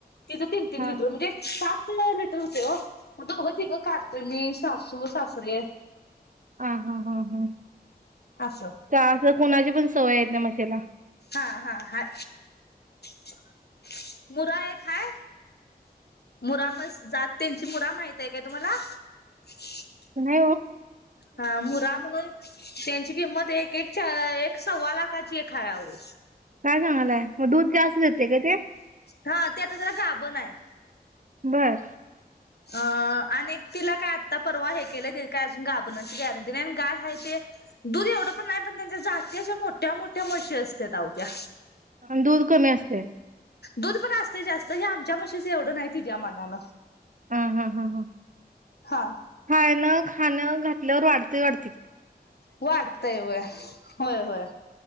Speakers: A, on the left; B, on the right.
A: तिचं तीन-तीन
B: हा
A: लिटर म्हणजे एक सात <unintelligible> हुतंय ओ. दोघ-तिघ काढतोय मी सासू-सासरे
B: हा हा हा हा.
A: असं
B: ते अस कुणाची पण सवय आहे त्या मशीला.
A: हा हा हाय <inaudible> मुरा एक हाय मुरामस जात त्यांची मुरा माईत. ते काय तुम्हाला <inaudible>
B: नाही ओ
A: हा मुरा म्हणून त्यांची किंमत एक-एकच्या, एक सव्वा लाखाची एक हाय आवो
B: काय सांगलाय? मग दूध जास्त देते का ते.
A: हा ते आता जरा गाबण हाय.
B: होय.
A: अ आणि तिला काय आत्ता परवा हे केलंय ते काय अजून गाबणाची गॅरंटी नाही आणि गाय हाय ते दूध एवढं पण नाही पण त्यांच्या जाती अशा मोठ्या-मोठ्या मशी असतात आओ त्या.
B: आणि दूध कमी असतय.
A: दूध पण असतय जास्त हे आमच्या मशीच एवढं नाही तिच्या मानानं.
B: हा हा हा ह
A: हा
B: हाय ना. खाणं घातल्यावर वाढते वाढ
A: वाढतय होय, होय, होय